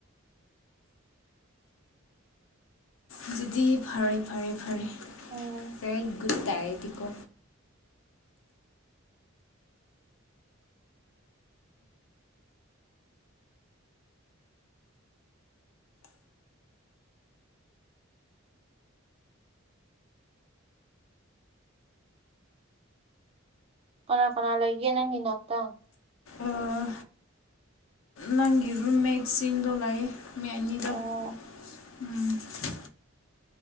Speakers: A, on the left; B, on the right.
A: ꯑꯗꯨꯗꯤ ꯐꯔꯦ ꯐꯔꯦ ꯐꯔꯦ
B: ꯎꯝ
A: ꯚꯦꯔꯤ ꯒꯨꯠ ꯇꯥꯏꯌꯦꯗꯤꯀꯣ
B: ꯀꯅꯥ ꯀꯅꯥ ꯂꯩꯒꯦ ꯅꯪꯒꯤ ꯅꯥꯥꯛꯇ
A: ꯑꯥ ꯅꯪꯒꯤ ꯔꯨꯝꯃꯦꯠꯁꯤꯡꯗꯣ ꯂꯩꯑꯦ ꯃꯤ ꯑꯅꯤꯗꯣ
B: ꯑꯣ
A: INAUDIBLE